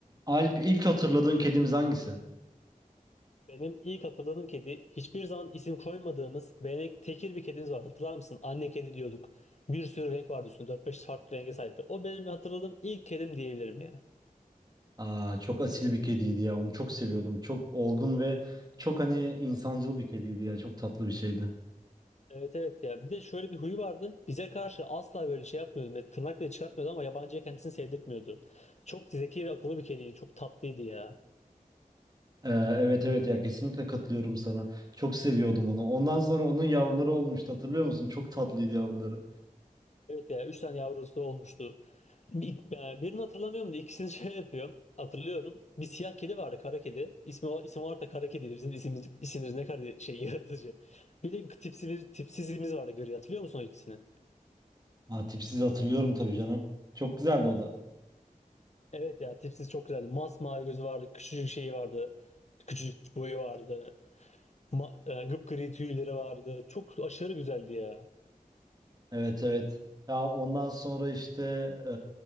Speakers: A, on the right (about 25°); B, on the left (about 55°).
A: Alp ilk hatırladığın kedimiz hangisi?
B: Benim ilk hatırladığım kedi hiçbir zaman isim koymadığımız benek tekir bir kedimiz var. Hatırlar mısın? Anne kedi diyorduk. Bir sürü renk vardı üstünde. dört beş farklı renge sahipti. O benim hatırladığım ilk kedim diyebilirim ya.
A: Aa, çok asil bir kediydi ya. Onu çok seviyordum. Çok olgun ve çok hani insancıl bir kediydi ya. Çok tatlı bir şeydi.
B: Evet evet ya. Bir de şöyle bir huyu vardı. Bize karşı asla böyle şey yapmıyordu. Ve tırnak bile çıkartmıyordu ama yabancıya kendisini sevdirtmiyordu. Çok zeki ve akıllı bir kediydi. Çok tatlıydı ya.
A: Ee, evet evet ya kesinlikle katılıyorum sana. Çok seviyordum onu. Ondan sonra onun yavruları olmuştu. Hatırlıyor musun? Çok tatlıydı yavruları.
B: Evet ya üç tane yavrusu olmuştu. Bir, e, birini hatırlamıyorum da ikisini <laughs> şey yapıyorum. Hatırlıyorum. Bir siyah kedi vardı kara kedi. İsmi, o- isim olarak da kara kediydi. Bizim isimimiz, isimimiz ne kadar şey <laughs> yaratıcı. Bir de tipsiz, tipsizimiz vardı gri. Hatırlıyor musun o ikisini?
A: Ha, tipsiz hatırlıyorum tabii canım. Çok güzeldi o da.
B: Evet ya tipsiz çok güzeldi. Masmavi gözü vardı. Küçücük şeyi vardı. Küçücük boyu vardı. Ma, e, gıpgri tüyleri vardı. Çok aşırı güzeldi ya.
A: Evet evet. Ya ondan sonra işte ee,